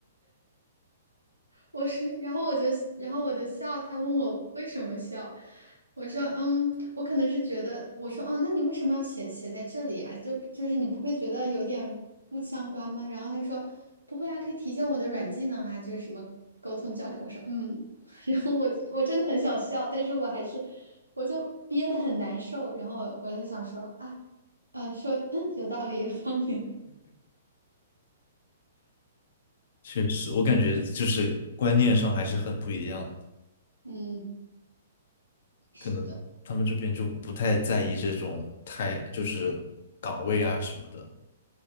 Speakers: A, on the right; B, on the left.
A: 我是，然后我就，然后我就笑，他问我为什么笑，我说，嗯，我可能是觉得，我说，哦，那你为什么要写写在这里啊？就就是你不会觉得有点不相关吗？然后他说，不会啊，可以体现我的软技能啊，就是什么沟通交流。我说，嗯，<laughs> 然后我我真的很想笑，但是我还是，我就憋得很难受，然后我就想说，啊，呃，说，嗯，有道理，有道理，
B: 确实，我感觉就是观念上还是很不一样的，
A: 嗯，是的。
B: 可能他们这边就不太在意这种太就是岗位啊什么的，